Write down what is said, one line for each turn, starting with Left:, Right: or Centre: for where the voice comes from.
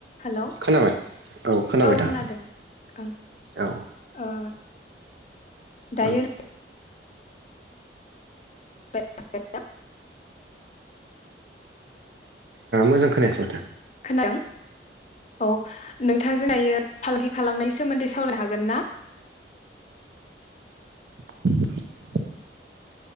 Left: Hello
Right: खोनाबाय खोनाबाय
Left: औ
Right: दा
Left: खोनादों ओं
Right: औ
Left: ओ दायो
Right: ओं
Left: <inaudible>
Right: मोजां खोनायासै माथो।
Left: खोनादों औ नोंथांजोंहायो फालांगि खालामनायनि सोमोन्दै सावरायनो हागोन ना?
Right: <inaudible>